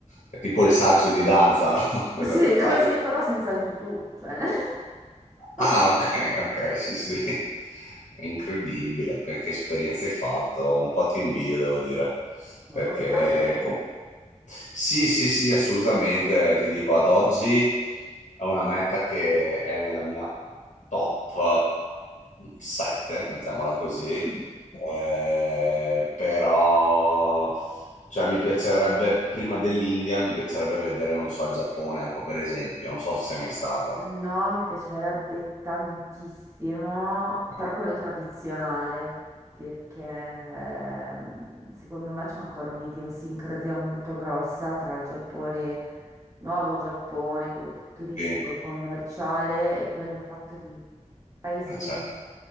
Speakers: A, on the left; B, on the right.
A: è tipo il saggio di danza, no? <laughs> Quello
B: Sì,
A: che fai.
B: così però senza i tutù, cioè, <laughs>
A: Ah,
B: Ma
A: ok, ok, sì, sì. <laughs> Incredibile, per- che esperienza hai fatto, un po' ti invidio, devo dire, perché
B: puoi farla,
A: com- sì, sì, sì, assolutamente, ti dico, ad oggi è una meta che è nella mia top 7, mettiamola così,
B: eh? Mm.
A: Eh, però, cioè, mi piacerebbe, prima dell'India, mi piacerebbe vedere, non so, il Giappone, ecco, per esempio, non so se
B: Eh,
A: sei mai stata.
B: no, mi piacerebbe tantissimo, però
A: No.
B: quello tradizionale, perché ehm, secondo me c'è ancora un'idiosincrasia molto grossa tra il Giappone, nuovo Giappone, quello più turistico
A: Sì.
B: e commerciale, e quello fatto di paesini.
A: Eh, certo,